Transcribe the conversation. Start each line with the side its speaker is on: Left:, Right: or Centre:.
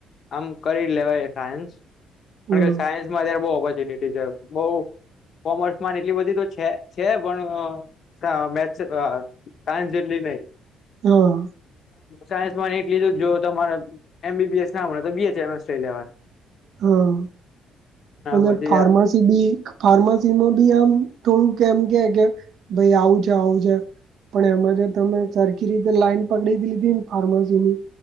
Left: આમ કરી લેવાય સાયન્સ કારણ
Right: હમ
Left: કે સાયન્સ માં જ્યારે બવ ઓ- - ઓપર્ચુનિટી છે બો કોમર્સમાં એટલી બધી તો છે છે પણ ક મેથ્સ હ, સાયન્સ જેટલી નહી.
Right: હઅ.
Left: સાયન્સમાંને એ લીધું જ જો તોરે એમબીબીએસ ના મળે તો બીએચ લેવાની
Right: હા અને
Left: પછી
Right: ફાર્માસી
Left: હા
Right: બી ફાર્માસીમાં બી આમ થોડું કેમ કે કે ભાઈ આવું છે આવું છે પણ એમાં જે તમે સર- - કિરીટે લાઇન પકડી જ લીધીને ફાર્મસીની